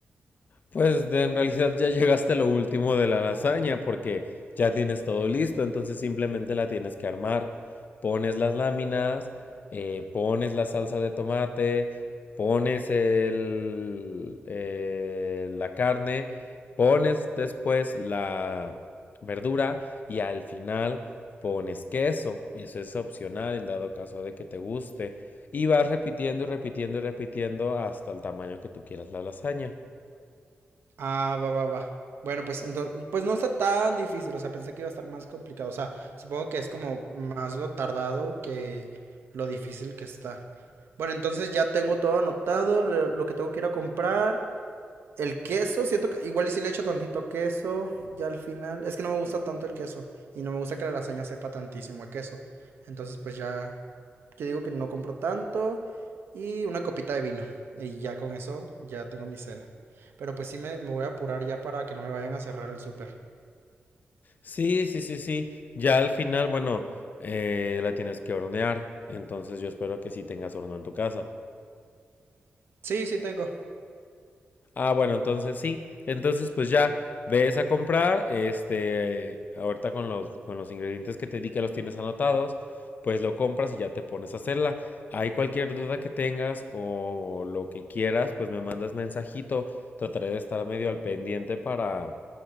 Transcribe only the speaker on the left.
Pues de- en realidad ya llegaste a lo último de la lasaña porque ya tienes todo listo, entonces simplemente la tienes que armar. Pones las láminas, eh, pones la salsa de tomate, pones el, eh, la carne, pones después la verdura y al final pones queso. Eso es opcional en dado caso de que te guste. Y vas repitiendo y repitiendo y repitiendo hasta el tamaño que tú quieras la lasaña.
Sí, sí, sí, sí. Ya al final, bueno, eh, la tienes que hornear. Entonces yo espero que sí tengas horno en tu casa.
Ah, bueno, entonces sí. Entonces pues ya ves a comprar. Este, ahorita con los, con los ingredientes que te di que los tienes anotados, pues lo compras y ya te pones a hacerla. Hay cualquier duda que tengas o lo que quieras, pues me mandas mensajito. Trataré de estar medio al pendiente para